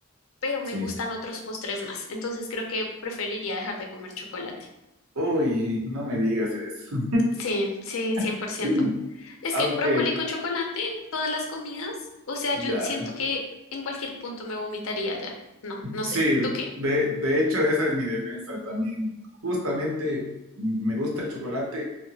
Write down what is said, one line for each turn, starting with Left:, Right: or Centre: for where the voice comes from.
Left: pero me
Right: Sí.
Left: gustan otros postres más. Entonces creo que preferiría dejar de comer chocolate.
Right: Uy, no me digas eso.
Left: Sí, sí, 100%.
Right: <laughs>
Left: Es
Right: Ok,
Left: que brócoli con chocolate, todas las comidas, o sea,
Right: ya.
Left: yo siento que en cualquier punto me vomitaría ya. No, no sé.
Right: Sí,
Left: ¿Tú qué?
Right: de, de hecho esa es mi defensa también. Justamente me gusta el chocolate,